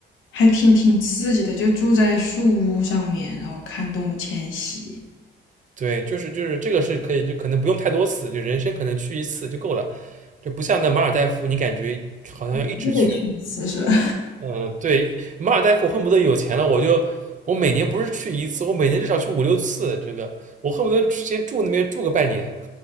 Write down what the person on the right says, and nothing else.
对，就是就是这个是可以，就可能不用太多次，就人生可能去一次就够了。就不像那马尔代夫，你感觉好像要一直去。
嗯，对，马尔代夫恨不得有钱了，我就我每年不是去一次，我每年至少去五六次。这个我恨不得先住那边住个半年。